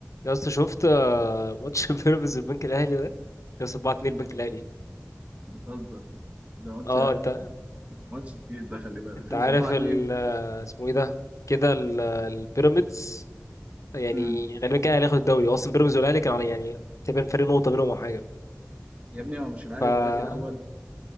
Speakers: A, on the left; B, on the right.
A: يا اسطى شفت آه، ماتش <laughs> بيراميدز البنك الاهلي ده يا اسطى 4 2 البنك
B: <laughs>
A: الاهلي
B: بتهزر ده ماتش
A: اه انت
B: ماتش تقيل ده خلي بالك
A: انت
B: خلص
A: عارف
B: 4 2
A: ال آه، اسمه ايه ده كده ال- آه، البيراميدز يعني
B: امم
A: غالبا كده الاهلي هياخد الدوري هو اصلا بيراميدز والاهلي كان على يعني تقريبا فرق نقطه بينهم او حاجه
B: يا ابني هو مش الاهلي
A: ف
B: دلوقتي الاول